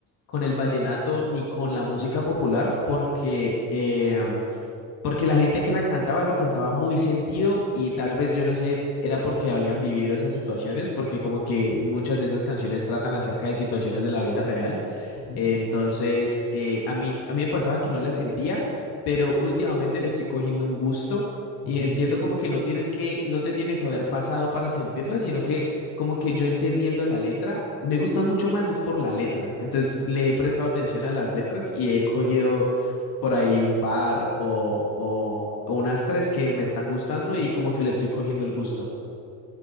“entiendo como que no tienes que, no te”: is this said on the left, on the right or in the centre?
Left